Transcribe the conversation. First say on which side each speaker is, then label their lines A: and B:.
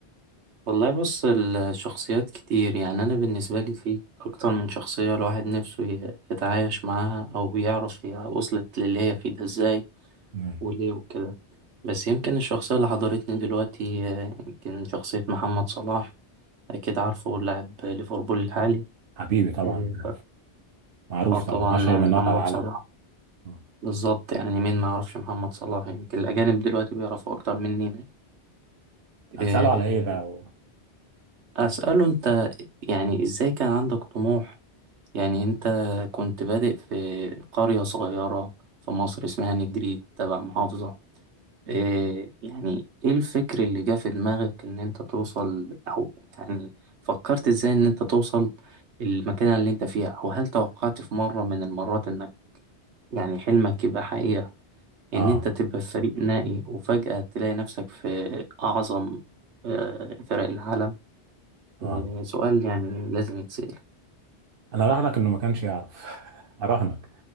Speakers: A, on the right; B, on the right.
A: والله بص الشخصيات كتير يعني أنا بالنسبة لي في أكتر من شخصية الواحد نفسه ي- يتعايش معاها أو يعرف هي وصلت للي هي فيه ده إزاي
B: مم.
A: وليه وكده بس يمكن الشخصية اللي حضرتني دلوقتي آه، يمكن شخصية محمد صلاح أكيد عارفه لاعب ليفربول الحالي
B: حبيبي طبعا
A: إيه ف-
B: معروف
A: اه طبعا
B: طبعا أشهر
A: يعني
B: من
A: محمد
B: نار على العالم
A: صلاح
B: آه.
A: بالظبط يعني مين ما يعرفش محمد صلاح يمكن الأجانب دلوقتي بيعرفوا أكتر مننا
B: هتسأله
A: إيه
B: على إيه بقى و...
A: أسأله أنت يعني إزاي كان عندك طموح يعني أنت كنت بادئ في قرية صغيرة في مصر اسمها نجريج تبع محافظة إيه يعني إيه الفكر اللي جه في دماغك إن أنت توصل أو يعني فكرت إزاي إن أنت توصل المكان اللي أنت فيها وهل توقعت في مرة من المرات إنك يعني حلمك يبقى حقيقة
B: آه
A: إن أنت تبقى في فريق نائي وفجأة تلاقي نفسك في أعظم آه، فرق العالم؟
B: آه
A: آه، سؤال يعني لازم يتسأل
B: أنا أراهنك إنه ما كانش يعرف <laughs> أراهنك